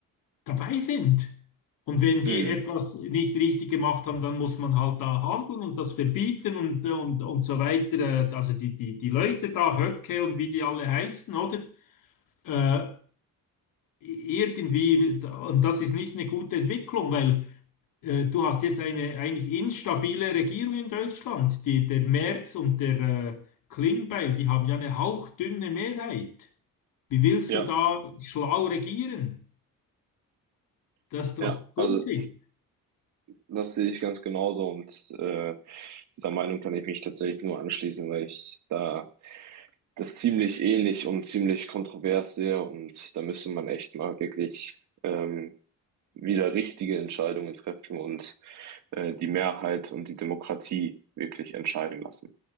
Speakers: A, on the left; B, on the right.
A: dabei sind. Und wenn
B: Mhm.
A: die etwas nicht richtig gemacht haben, dann muss man halt da handeln und das verbieten und, und, und so weiter. Äh, Also die, die, die Leute da, Höcke und wie die alle heißen, oder? Äh, irgendwie, und das ist nicht eine gute Entwicklung, weil äh, du hast jetzt eine eigentlich instabile Regierung in Deutschland. Die, der Merz und der äh, Klingbeil, die haben ja eine hauchdünne Mehrheit. Wie willst
B: Ja.
A: du da schlau regieren? Das ist
B: Ja.
A: doch
B: Also
A: Bullshit.
B: das sehe ich ganz genauso und äh, dieser Meinung kann ich mich tatsächlich nur anschließen, weil ich da das ziemlich ähnlich und ziemlich kontrovers sehe und da müsste man echt mal wirklich ähm, wieder richtige Entscheidungen treffen und äh, die Mehrheit und die Demokratie wirklich entscheiden lassen.